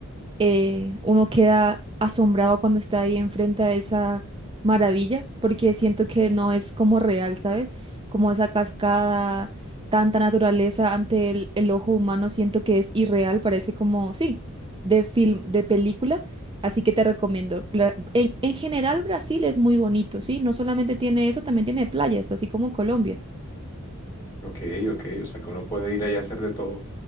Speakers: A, on the right; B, on the left.
A: eh, uno queda asombrado cuando está ahí enfrente a esa maravilla, porque siento que no es como real, ¿sabes? Como esa cascada, tanta naturaleza ante el, el ojo humano, siento que es irreal, parece como, sí, de film, de película. Así que te recomiendo. Cla- En, en general, Brasil es muy bonito, ¿sí? No solamente tiene eso, también tiene playas, así como Colombia.
B: Ok, ok, o sea que uno puede ir allá a hacer de todo.